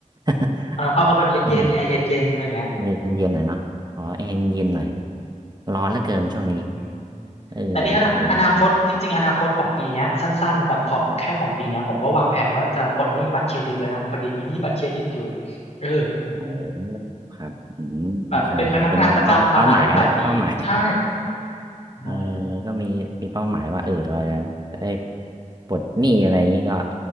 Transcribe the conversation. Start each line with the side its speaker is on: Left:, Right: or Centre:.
Right: <laughs>
Left: เออเอาเอาแบบเย็นๆแอร์เย็นๆอะไรเงี้ย
Right: เออเย็นๆหน่อยเนาะอ๋อแอร์เย็นหน่อยร้อนเหลือเกินช่วงนี้
Left: อืม
Right: เออเออครับ
Left: แต่นี่อนาอนาคตจริงๆอนาคตของปีเนี้ยสั้นๆแบบของแค่ของปีเนี้ยผมก็วางแผนว่าจะปลดหนี้บัตรเครดิตแล้วยนะพอดีมีหนี้บัตรเครดิตอยู่เออ
Right: โอ้ครับอืมใช่ใช่เป็นเป้าเป้าหมายนะเป้าหมาย
Left: แบบเป็นพนักงานประจำมาหลายหลายปีใช่
Right: <laughs>
Left: ใช่
Right: เออก็มีมีเป้าหมายว่าเออเราจะจะได้ปลดหนี้อะไรอย่างนี้ก็